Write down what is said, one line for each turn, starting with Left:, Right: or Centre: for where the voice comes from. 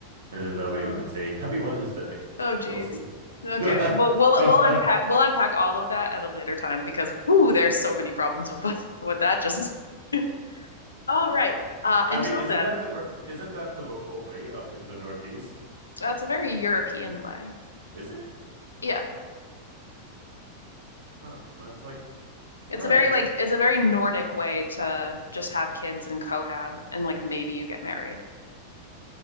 Right: and then that way
Left: Oh.
Right: we can say Happy Mother's Day,
Left: Oh geez.
Right: Kelsey.
Left: Okay.
Right: <laughs>
Left: Well, we'll
Right: I
Left: we'll unpack we'll unpack all of that at a later time because whoo, there's so many problems with us with that just. <laughs> All right. Uh, until
Right: mean, isn't
Left: then,
Right: that the isn't that the local way up in the Northeast?
Left: that's a very European way.
Right: Is it?
Left: Yeah.
Right: Huh. And it's like,
Left: It's
Right: all
Left: a
Right: right,
Left: very like it's a very Nordic way to just have kids and cohab and like maybe you get married.